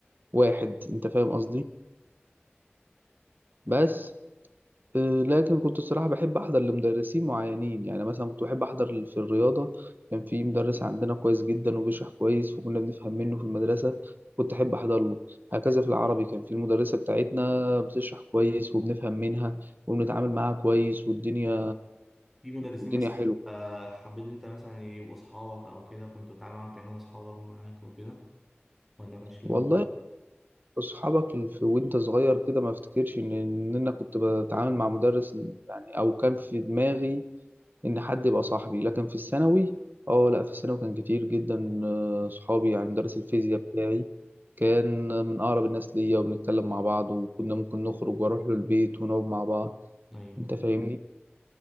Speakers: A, on the right (about 50°); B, in the centre.
A: واحد
B: أيوة.
A: انت فاهم قصدي بس آه، لكن كنت الصراحة بحب أحضر لمدرسين معينين يعني مثلا كنت بحب أحضر في الرياضة كان في مدرس عندنا كويس جدا وبيشرح كويس وكنا بنفهم منه في المدرسة كنت أحب أحضر له هكذا في العربي كان في المدرسة بتاعتنا بتشرح كويس وبنفهم منها وبنتعامل معاها كويس والدنيا
B: في مدرسين
A: الدنيا
B: مثلا
A: حلوة
B: آه، حبيت أنت مثلا يبقوا أصحابك أو كده كنت بتتعامل معاهم كأنهم أصحابك معاك وكده ولا ما كانش في الموضوع؟
A: والله أصحابك في وأنت صغير كده ما أفتكرش إن إن أنا كنت بتعامل مع مدرس يعني أو كان في دماغي ان حد يبقى صاحبي لكن في الثانوي اه لا في الثانوي كان كتير جدا آه، صحابي يعني مدرس الفيزياء بتاعي كان من اقرب الناس ليا وبنتكلم مع بعض وكنا ممكن نخرج واروح له البيت ونقعد مع بعض
B: أيوه
A: انت فاهمني